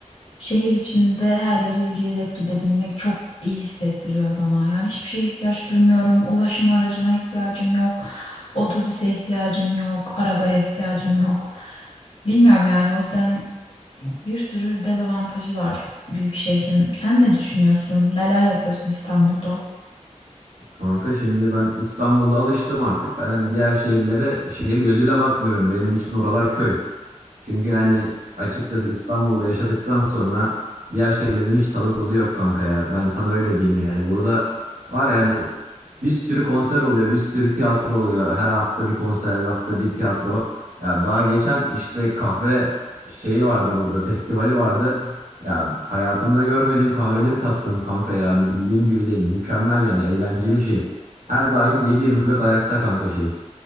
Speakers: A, on the left; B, on the right.
A: şehir içinde her yere yürüyerek gidebilmek çok iyi hissettiriyor bana. Yani hiçbir şeye ihtiyaç duymuyorum. Ulaşım aracına ihtiyacım yok. Otobüse ihtiyacım yok. Arabaya ihtiyacım yok. Bilmiyorum yani o yüzden Bir sürü dezavantajı var büyük şehrin. Sen ne düşünüyorsun? Neler yapıyorsun İstanbul'da?
B: Kanka şimdi ben İstanbul'da alıştım artık. Ben hani diğer şehirlere şehir gözüyle bakmıyorum. Benim için oralar köy. Çünkü yani açıkçası İstanbul'da yaşadıktan sonra diğer şehirlerin hiç tadı tuzu yok kanka ya. Ben sana öyle diyeyim yani. Burada var yani bir sürü konser oluyor, bir sürü tiyatro oluyor. Her hafta bir konser, her hafta bir tiyatro. Ya daha geçen işte kahve şeyi vardı burada, festivali vardı. Ya hayatımda görmediğim kahveleri tattım kanka yani bildiğin gibi değil. Mükemmel yani eğlenceli şehir. Her daim 7-24 ayakta kanka şehir.